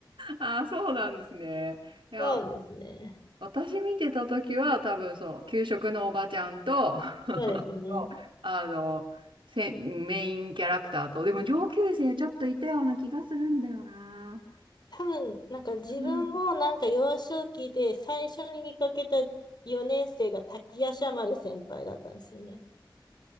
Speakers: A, on the right; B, on the left.
A: ああ、そうなんですね。いや、
B: そうですね。
A: 私見てた時は多分そう、給食のおばちゃんと、<laughs>
B: そうですね。
A: あの、せメインキャラクターと、でも上級生ちょっといたような気がするんだよな。
B: 多分、なんか自分もなんか幼少期で最初に見かけた4年生が滝夜叉丸先輩だったんですよね。
A: うん。